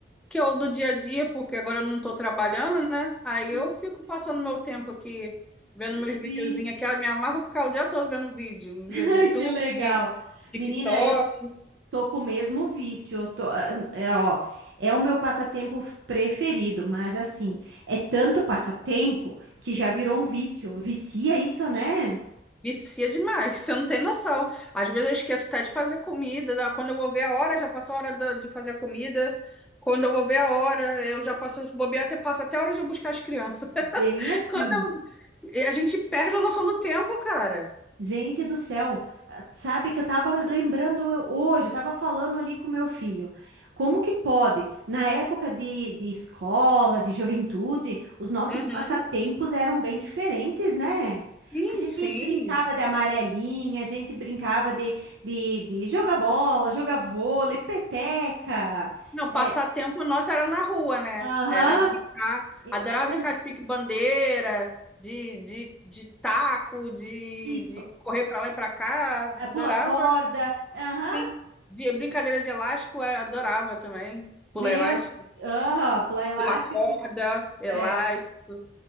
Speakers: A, in the centre; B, on the right (about 80°).
A: que eu do dia a dia, porque agora eu não tô trabalhando, né? Aí
B: <laughs>
A: eu fico passando meu tempo aqui, vendo meus videozinhos
B: sim.
A: aqui. Eu me amarro ficar o dia todo vendo vídeo, via
B: Ai,
A: do YouTube,
B: que legal.
A: TikTok.
B: Menina, eu tô com o mesmo vício. eu tô- ah, é, ó, é o meu passatempo preferido, mas assim, é tanto passatempo que já virou um vício. Vicia isso, né?
A: Vicia demais, você não tem noção. Às vezes eu esqueço até de fazer comida, da- quando eu vou ver a hora, já passou a hora da- de fazer a comida. Quando eu vou ver a hora, eu já passo os bobear, até passa até a hora de eu buscar as crianças. <laughs>
B: Bem assim.
A: Quando eu- a gente perde a noção do tempo, cara.
B: Gente do céu, ah, sabe que eu estava lembrando hoje, eu estava falando ali com meu filho. Como que pode? Na época de, de escola, de juventude, os nossos
A: Uhum.
B: passatempos eram bem diferentes, né?
A: Sim,
B: A gente
A: sim.
B: brincava de amarelinha, a gente brincava de, de, de jogar bola, jogar vôlei, peteca.
A: Não,
B: É,
A: passatempo nosso era na rua, né?
B: aham,
A: Era brincar.
B: exatamente.
A: Adorava brincar de pique-bandeira, de, de, de taco, de,
B: Isso.
A: de correr pra lá e pra cá.
B: Ah,
A: Adorava.
B: Pula corda, aham,
A: Sim, de- brincadeira de elástico eu adorava também. Pular
B: meu,
A: elástico,
B: aham, pular elástico.
A: pula corda, elástico.
B: é